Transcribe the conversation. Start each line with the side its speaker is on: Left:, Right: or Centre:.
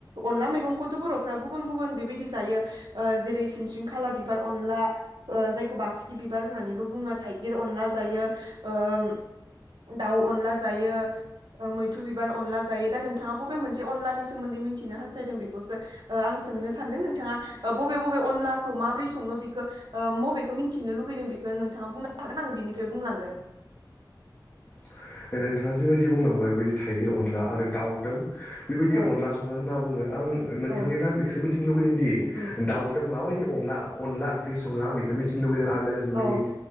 Right: अनला मैगंखौथ' बर'फ्रा गुबुन गुबुन बेबायदि जायो ओ जेरै सिन खाला बिबार अनला जायखौ बासिकि बिबार होननानैबो बुङो थाइगिर अनला जायो। उम दाउ अनला जायो। ओ मैथ्रु बिबार अनला जायो, दा नोंथाङा बबे मोनसे अनलानि सोमोन्दै मिथिनो हास्थायदों बेखौसोओ आं आं सोंनो सानदों नोंथाङा बबे बबे अनलाखौ माब्रै सङो बेखौ बबेखौ मिन्थिनो लुुबैदों? बेखौ नोंथाङा बुंनो हागोन आङो बिनिफ्राय बुंलांगोन।
Left: <inaudible> नोंथाङा जिबायदि बुंलांबाय बेबायदि थाइगिर अनला आरो दाउदों बेबायदि
Right: ओ
Left: अनला सङो होनना बुङो। आं नोंथांनिफ्राय
Right: औ
Left: आं बेखौसो मिथिनो लुुबैदों दि
Right: उम
Left: दाउदों माबाय दि अनला अनला ओंख्रि सङो आं बेखौ मिथिनो लुुबैदों आरो लोगोसे
Right: औ
Left: बिदि